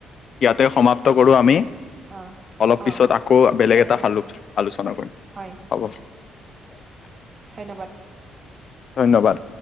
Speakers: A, on the left; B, on the right.
A: ইয়াতে সমাপ্ত কৰোঁ আমি।
B: অহ
A: অলপপিছত
B: অ
A: আকৌ বেলেগ
B: ঠিক আছে
A: এটা আলো-আলোচনা কৰি
B: হয়
A: হ'ব। <unintelligible>
B: ধন্যবাদ।
A: ধন্যবাদ।